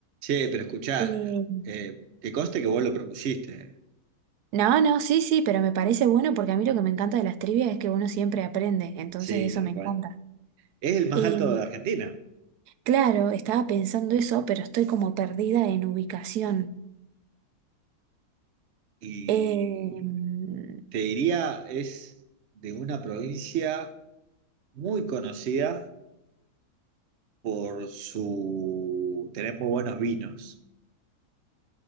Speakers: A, on the right; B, on the right.
A: Che, pero escuchá,
B: Eh,
A: eh, que conste que vos lo propusiste. eh.
B: No, no, sí, sí, pero me parece bueno porque a mí lo que me encanta de las trivias es que uno siempre aprende, entonces
A: Sí,
B: eso
A: tal
B: me
A: cual.
B: encanta.
A: Es el más
B: Eh,
A: alto de Argentina
B: claro, estaba pensando eso, pero estoy como perdida en ubicación.
A: y
B: Eh, mm,
A: te diría es de una provincia muy conocida por su tener muy buenos vinos.